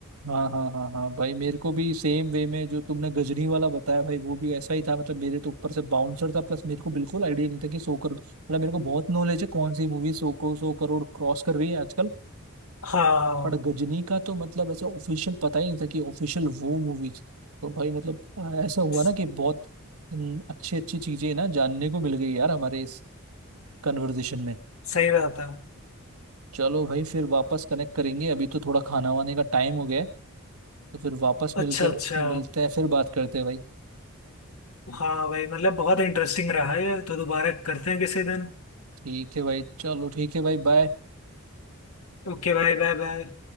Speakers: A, on the right (about 85°); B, on the left (about 80°).
A: हाँ हाँ हाँ हाँ भाई मेरे को भी सेम वे में जो तुमने गजनी वाला बताया भाई वो भी ऐसा ही था मतलब मेरे तो ऊपर से बाउंसर था प्लस मेरे को बिल्कुल आइडिया नहीं था कि सौ करोड़ मतलब मेरे को बहुत नॉलेज है कौन सी मूवी सौ को सौ करोड़ क्रॉस कर रही है आजकल
B: हाँ
A: बट गजनी का तो मतलब ऐसे ऑफिशियल पता ही नहीं था कि ऑफिशियल वो मूवी थी। तो भाई मतलब अ, ऐसा हुआ
B: स-
A: ना कि बहुत अच्छी अच्छी चीजें ना जानने को मिल गई यार हमारे इस कन्वर्जेशन में
B: सही बात है
A: चलो भाई फिर वापस कनेक्ट करेंगे अभी तो थोड़ा खाना वाने का टाइम हो गया है तो फिर वापस मिलकर
B: अच्छा अच्छा
A: मिलते हैं फिर बात करते हैं भाई
B: हाँ भाई मतलब बहुत इंटरेस्टिंग रहा है ये तो दोबारा करते हैं किसी दिन
A: ठीक है भाई चलो ठीक है भाई बाय
B: Okay bye bye bye